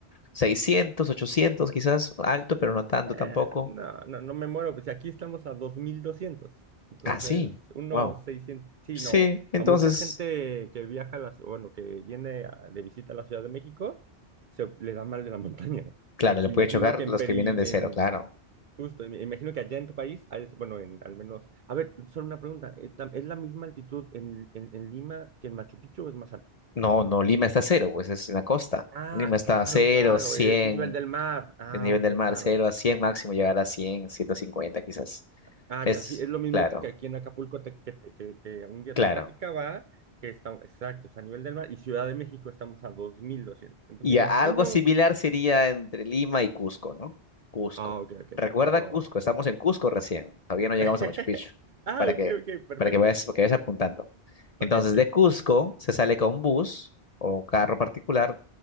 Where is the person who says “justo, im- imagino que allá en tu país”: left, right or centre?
Right